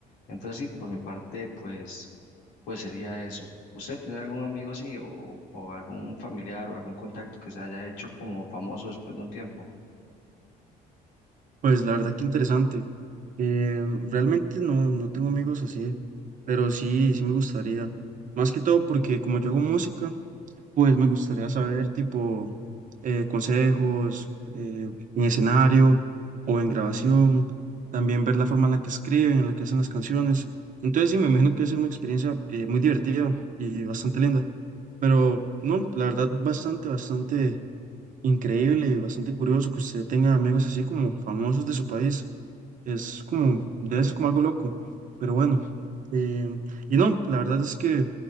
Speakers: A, on the left (about 85°); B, on the right (about 50°).
A: Entonces sí, por mi parte pues pues sería eso. ¿Usted tiene algún amigo así o, o algún familiar o algún contacto que se haya hecho como famoso después de un tiempo?
B: Pues la verdad que interesante. Eh, realmente no, no tengo amigos así, pero sí, sí me gustaría. Más que todo porque como yo hago música, Pues me gustaría saber, tipo, eh, consejos eh, en escenario o en grabación, también ver la forma en la que escriben, en la que hacen las canciones. Entonces, sí, me imagino que es una experiencia eh, muy divertida y bastante linda. Pero, no, la verdad, bastante, bastante increíble, bastante curioso que usted tenga amigos así como famosos de su país. Es como, debe ser como algo loco, pero bueno. eh, y no, la verdad es que